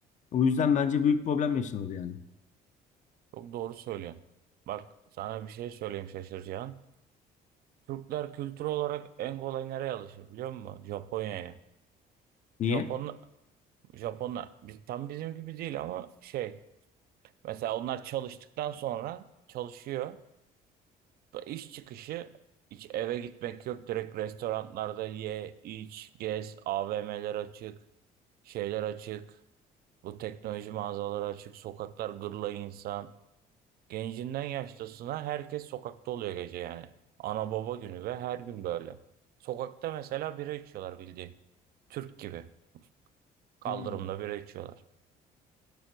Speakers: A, on the left; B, on the right.
A: O yüzden bence büyük problem yaşanır yani.
B: Çok doğru söylüyorsun. Bak sana bir şey söyleyeyim şaşıracağın. Türkler kültür olarak en kolay nereye alışır biliyor musun? Japonya'ya.
A: Niye?
B: Japon, Japonlar biz, tam bizim gibi değil ama şey mesela onlar çalıştıktan sonra çalışıyor. İş çıkışı hiç eve gitmek yok. Direkt restoranlarda ye, iç, gez, AVM'ler açık, şeyler açık. Bu teknoloji mağazaları açık, sokaklar gırla insan. Gencinden yaşlısına herkes sokakta oluyor gece yani. Ana baba günü ve her gün böyle. Sokakta mesela bira içiyorlar bildiğin. Türk gibi. Kaldırımda
A: Hmm.
B: bira içiyorlar.